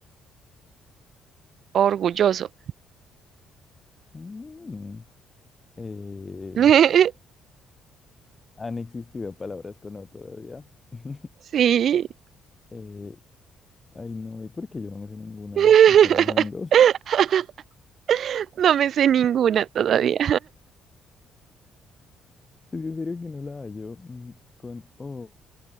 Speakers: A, on the right (about 45°); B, on the left (about 15°).
A: orgulloso.
B: Mm. Eh,
A: <laughs>
B: han existido palabras con O todavía. <laughs>
A: Sí.
B: Eh, ay, no, ¿y por qué yo no me sé ninguna?
A: <laughs>
B: ¿Qué está pasando? <laughs> Es
A: No me sé ninguna todavía.
B: que en serio que no la hallo. Mm, Con O.